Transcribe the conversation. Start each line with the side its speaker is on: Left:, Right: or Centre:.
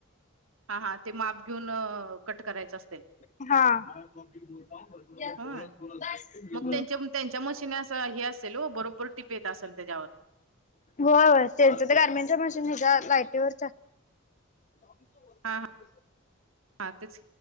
Right: हा हा ते माप घेऊन कट करायचं असेल.
Left: हां
Right: होय मग त्यांच्या त्यांच्या मशीने असं हे असेल हो बरोबर टिप येत असेल त्याच्यावर.
Left: होय हो त्यांच ते गारमिंचा मशीन हच्या लायटीवरच्या <inaudible>
Right: हा हा तेच